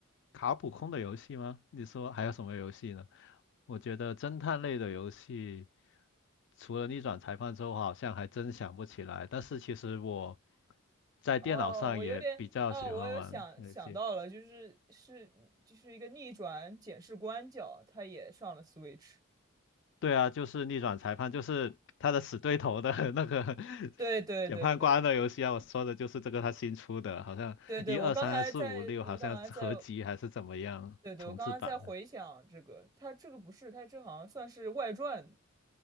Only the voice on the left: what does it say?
卡普空的游戏吗？你说还有什么游戏呢？我觉得侦探类的游戏，除了逆转裁判之后，好像还真想不起来。但是其实我在电脑上也比较喜欢玩游戏。
对啊，就是逆转裁判，就是他的死对头的 <laughs> 那个
检判官的游戏啊。我说的就是这个，他新出的，好像一二三四五六，
好像是合集还是怎么样重制版的。